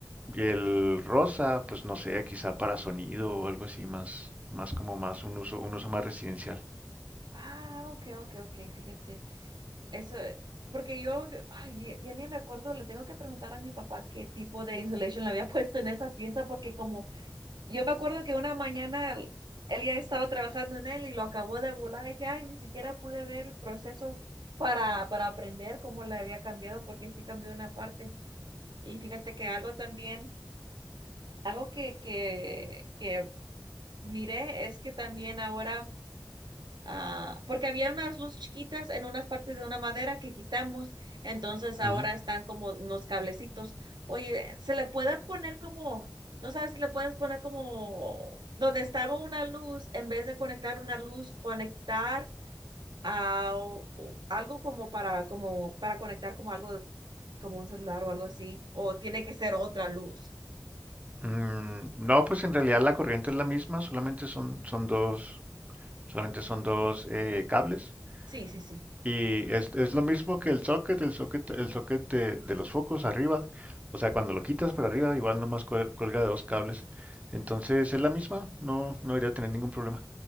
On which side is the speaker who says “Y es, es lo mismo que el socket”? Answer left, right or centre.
Right